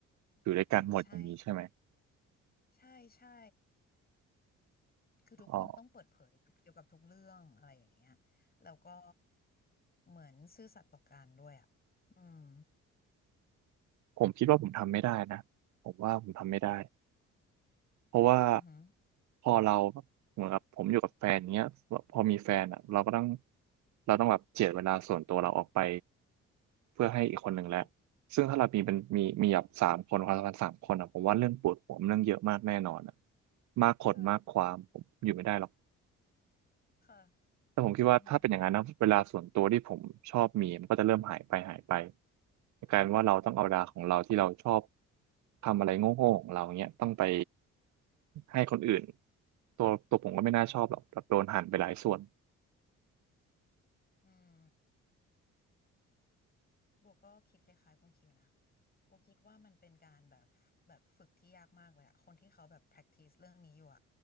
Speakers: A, on the right; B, on the left.
A: อยู่ด้วยกันหมดอย่างนี้ใช่ไหม
B: ใช่ใช่ใช่ใช่ คือทุกคนต้องเปิดเผยเกี่ยวกับทุกเรื่องอะไรอย่างเงี้ย
A: อ๋อ
B: แล้วก็เหมือนซื่อสัตย์ต่อกันด้วยอ่ะ อืม
A: ผมคิดว่าผมทำไม่ได้นะผมว่าผมทำไม่ได้เพราะว่า
B: อือหือ
A: พอเราเหมือนกับผมอยู่กับแฟนเนี้ยพอมีแฟนอ่ะเราก็ต้องเราต้องแบบเจียดเวลาส่วนตัวเราออกไปเพื่อให้อีกคนหนึ่งแล้ว
B: อือหือ
A: ซึ่งถ้าเรามีเป็นมีมีแบบสามคนความสัมพันธ์สามคนอ่ะผมว่าเรื่องปวดหัวมันเรื่องเยอะมากแน่นอนอ่ะมากคนมากความผมอยู่ไม่ได้หรอก
B: ใช่ค่ะ
A: แต่ผมคิดว่าถ้าเป็นอย่างนั้นนะเวลาส่วนตัวที่ผมชอบมีมันก็จะเริ่มหายไปหายไป
B: อือหือ
A: กลายเป็นว่าเราต้องเอาเวลาของเราที่เราชอบ
B: อืม
A: ทำอะไรโง่ๆของเราเนี้ยต้องไปให้คนอื่นตัวตัวผมก็ไม่น่าชอบหรอกแบบโดนหั่นไปหลายส่วน
B: อืม โบก็คิดคล้ายๆคุณคิวนะโบคิดว่ามันเป็นการแบบแบบฝึกที่ยากมากเลยอะคนที่เขาแบบ practice เรื่องนี้อยู่อะ